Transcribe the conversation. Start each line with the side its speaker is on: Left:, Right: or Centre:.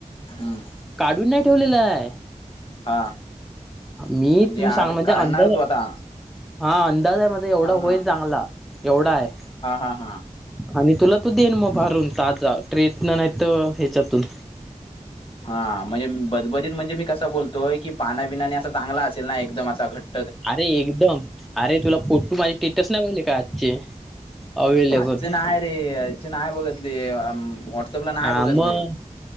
Left: हम्म.
Centre: काढून नाही ठेवलेलं आहे.
Left: हा.
Centre: मी
Left: म्हणजे
Centre: तुज
Left: आज
Centre: सांग म्हणजे
Left: काढणार
Centre: अंदाज
Left: तू आता
Centre: हा अंदाज आहे माझा एवढा
Left: हा
Centre: होईल
Left: हा
Centre: चांगला, एवढा आहे.
Left: हा, हा, हा.
Centre: आणि तुला तो देन
Left: हम्म
Centre: मग भारून ताजा ट्रेतन नाहीतर ह्याच्यातून
Left: हा म्हणजे बदबदित म्हणजे मी कसां बोलतोय, की पाना बिनाने असा चांगला असेल ना एकदम असा घट
Centre: अरे एकदम. अरे तुला फोटू माझे स्टेटस नाही बघले का आजचे? अवेलेबल
Left: आजच नाही रे, आजची नाही बघतली. व्हॉट्सअपला नाही
Centre: हा
Left: बघतली.
Centre: मग